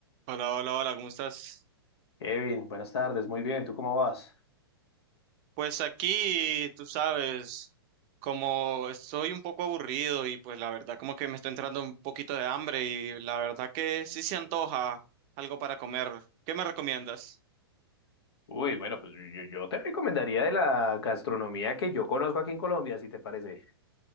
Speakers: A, on the right; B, on the left.
A: Hola, hola, hola, ¿cómo estás?
B: Kevin, buenas tardes, muy bien, ¿tú cómo vas?
A: Pues aquí, tú sabes, como estoy un poco aburrido y pues la verdad como que me está entrando un poquito de hambre y la verdad que sí se antoja algo para comer. ¿Qué me recomiendas?
B: Uy, bueno, pues yo, yo te recomendaría de la gastronomía que yo conozco aquí en Colombia, si te parece.